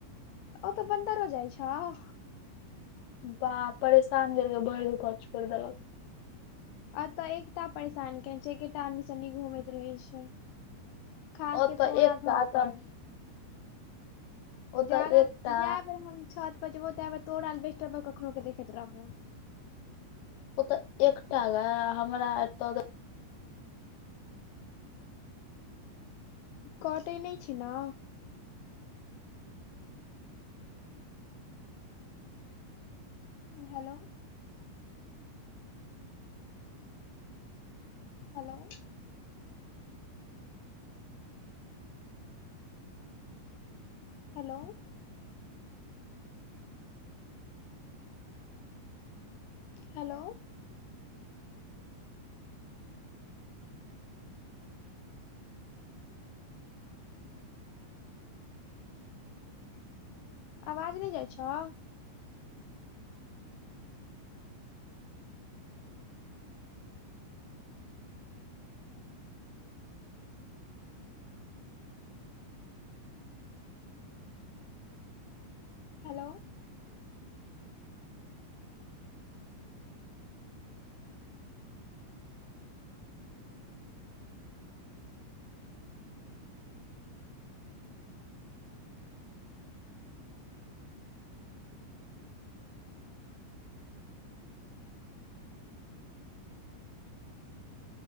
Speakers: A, on the left; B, on the left.
A: ओ तऽ बन्दरो जाइ छोउ।
B: बाह परेशान कैरके भरि दुपहर छोइर देलक।
A: एतय एकटा परेशान के छै, किटाणु सने घूमैत रहे छै। खाद
B: ओतऽ
A: के तोड़ा
B: एकटा
A: घर
B: तऽ
A: पर।
B: ओतऽ
A: जादा
B: एकटा
A: जायबेर हम छत पहुंचबो तै बेर तोरा एलबेसट पर कखनो के देखैत रहबो।
B: ओ तऽ एकटा गाय हमरा एतऽ
A: कऽटै ने छै ने। हेलो। हेलो। हेलो। हेलो। आवाज नै जाइ छौ? हेलो।